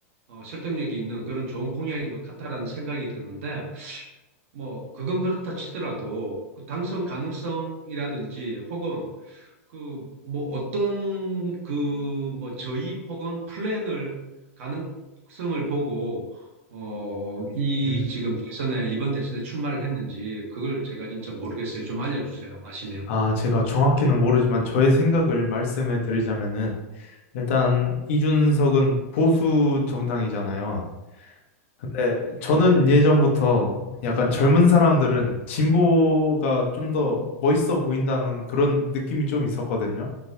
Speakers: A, on the right; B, on the left.
A: 어, 설득력이 있는 그런 좋은 공약인 것 같다라는 생각이 드는데 뭐 그건 그렇다 치더라도 그 당선 가능성이라든지 혹은 그, 뭐, 어떤, 그, 뭐, 저희 혹은 플랜을, 가능성을 보고, 어, 이
B: 음,
A: 지금 대선에, 이번 대선에 출마를 했는지, 그걸 제가 진짜 모르겠어요. 좀 알려주세요. 아시면.
B: 아, 제가 정확히는 모르지만 저의 생각을 말씀해 드리자면은, 일단 이준석은 보수 정당이잖아요. 네, 저는 예전부터 약간 젊은 사람들은 진보가 좀 더 멋있어 보인다는 그런 느낌이 좀 있었거든요.